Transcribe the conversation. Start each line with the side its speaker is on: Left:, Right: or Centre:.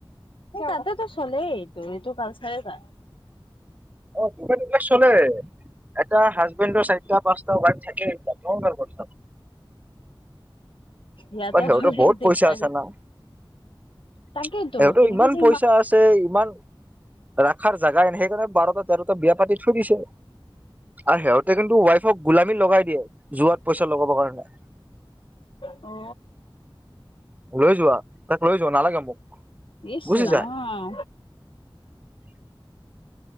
Left: ততেতো চলেই ত এইটো কালচাৰ ক
Right: অ ডুবাইত এইবিলাক চলে এটা হাজবেণ্ডৰ চাৰিটা পাঁচটা ৱাইফ থাকে কথা
Left: ইয়াতে
Right: বাৰ সিহঁতৰ
Left: হ'লে
Right: বহুত
Left: দিগদাৰি।
Right: পইচা আছে না
Left: তাকেইতো
Right: সহঁতৰ
Left: কেনেকে
Right: ইমান
Left: যে
Right: পইচা আছে ইমান ৰখাৰ জোগাই ন সেইকাৰণে বাৰটাত ত এটা বিয়া পাতি থৈ দিছে আৰু সিহঁতে কিন্তু ৱাইফক গোলামী লগাই দিয়ে যোৱাত পইচা লগাবৰ কাৰণে
Left: অ
Right: লৈ যোৱা তাক লৈ যোৱা নালাগে মোক
Left: ইচ
Right: বুজিছা
Left: ৰাম
Right: <inaudible>